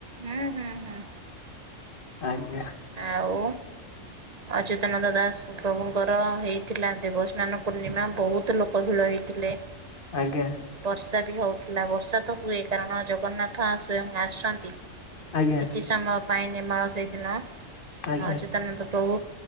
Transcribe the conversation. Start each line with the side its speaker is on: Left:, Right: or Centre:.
Right: ହୁଁ ହୁଁ ହୁଁ।
Left: ଆଜ୍ଞା।
Right: ଆଉ ଅଚ୍ୟୁତାନନ୍ଦ ଦାସ ପ୍ରଭୁଙ୍କର ତ ହେଇଥିଲା ଦେବସ୍ନାନ ପୂର୍ଣ୍ଣିମା ବୋହୁତ ଲୋକ ଭିଡ଼ ହେଇଥିଲେ।
Left: ଆଜ୍ଞା।
Right: ବର୍ଷା ବି ହେଉଥିଲା ବର୍ଷା ତ ହୁଏ କାରଣ ଜଗନ୍ନାଥ ସ୍ଵୟଂ ଆସୁଛନ୍ତି,
Left: ଆଜ୍ଞା
Right: କିଛି ସମୟ ପାଇଁ ନିର୍ମଳ ସେଇଦିନ
Left: ଆଜ୍ଞା।
Right: ଅଚ୍ୟୁତାନନ୍ଦ ପ୍ରଭୁ